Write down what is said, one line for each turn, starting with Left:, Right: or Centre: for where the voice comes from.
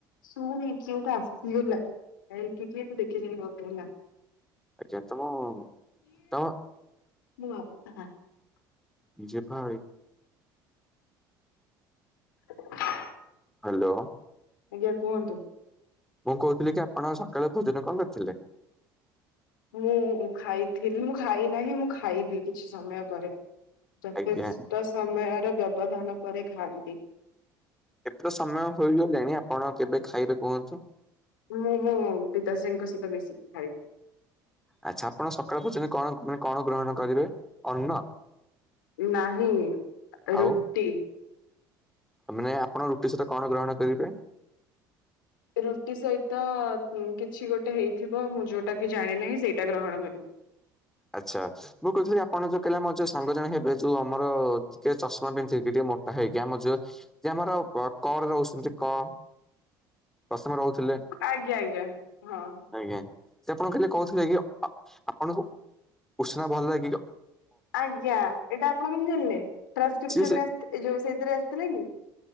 Left: ଶୁମି କିିଏ ଗୋଟେ ଆସିଗଲା କିଏ ଦେଖି ଚାହିଁ ଗଫିବୁ ହେଲା।
Centre: ଯେତକ ଦବ।
Left: ମୁଁ ବାଁ <unintelligible>
Centre: ଯେ ଭାଇ
Left: ହଁ <unintelligible>
Centre: ହ୍ୟାଲୋ।
Left: ଆଜ୍ଞା କୁହନ୍ତୁ?
Centre: ମୁଁ କହୁଥିଲି କି ଆପଣ ସକାଳୁ ଭୋଜନ କଣ କରିଥିଲେ?
Left: ମୁଁ ଖାଇଥିଲି ମୁଁ ଖାଇ ନାହିଁ ମୁଁ ଖାଇବି କିଛି ସମୟ ପରେ। ଯଥେଷ୍ଟ
Centre: ଆଜ୍ଞା
Left: ସମୟର ବ୍ୟବଧାନ ପରେ ଖାଇବି।
Centre: ଏଥର ସମୟ କହିଲୁ ଜାଣି ଆପଣ କେବେ ଖାଇବେ କୁହନ୍ତୁ?
Left: ମୁଁ ମୁଁ ପିତାଶ୍ରୀଙ୍କ ସହିତ ମିଶିକି ଖାଇବି।
Centre: ଆଚ୍ଛା ଆପଣ ସକାଳ ପର୍ଯ୍ୟନ୍ତ କଣ ମାନେ କଣ ଗ୍ରହଣ କରିବେ ଅନ୍ନ?
Left: ନାହିଁ
Centre: ଆଉ
Left: ରୁଟି।
Centre: ମାନେ ଆପଣ ରୁଟି ସହିତ କଣ ଗ୍ରହଣ କରିବେ?
Left: ରୁଟି ସହିତ କିଛି ଗୋଟେ ହେଇଥିବ ମୁଁ ଯୋଉଟା କି ଜାଣି ନାହିଁ ସେଇଟା ଗ୍ରହଣ କରିବି।
Centre: ଆଚ୍ଛା। ମୁଁ କହୁଥିଲି ଆପଣ ଯୋଉ କାଲି ଆମର ଯୋଉ ସାଙ୍ଗ ଜଣେ ହେବେ ଯୋଉ ଆମର ଟିକେ ଚଷମା ପିନ୍ଧିକିି ଟିକେ ମୋଟ ହେଇକି ଆମର ଯୁ ଯେ ଆମର କ ରହୁଛନ୍ତି କ ପ୍ରସମେ ରହୁଥିଲେ?
Left: ଆଜ୍ଞା ଆଜ୍ଞା ହଁ।
Centre: ଆଜ୍ଞା। ସେ ଆପଣଙ୍କୁ କାଲି କହୁଥିଲେ ଆପଣଙ୍କୁ ଉଷ୍ନା ଭଲ ଲାଗିବ।
Left: ଆଜ୍ଞା ଏଇଟା ଆପଣ କିମିତି ଜାଣିଲେ ଟ୍ରାସ୍କ୍ରିସନ
Centre: ସିଏ ସେ
Left: ରେ ଯୋଉ ସେଇଥିରେ ଆସିଥିଲେ କି?